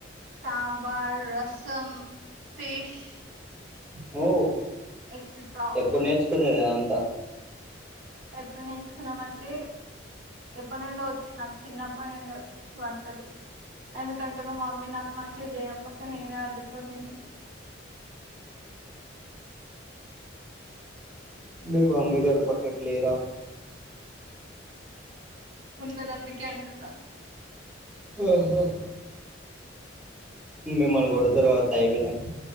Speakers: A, on the right (about 65°); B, in the centre.
A: సాంబార్ రసం ఫిష్
B: మ్
A: ఎక్సెట్రా
B: ఎప్పుడు నేర్చుకున్నాది అది అంతా
A: ఎప్పుడు నేర్చుకున్నామంటే ఎప్పటి నుండో వచ్చు నాకు చిన్నప్పటి నుండే వచ్చు వంటలు ఎందు కంటే మా మమ్మీ నాకు మంచిగా చేయకపోతే నేనే వండుకొని తినేది
B: మీ మామ్మి గారు పక్కకు లేరా
A: ఉన్నదందుకే అంటున్న
B: ఓహో మిమ్మల్ని కొడుతరు కావచ్చు అయిపోయినంక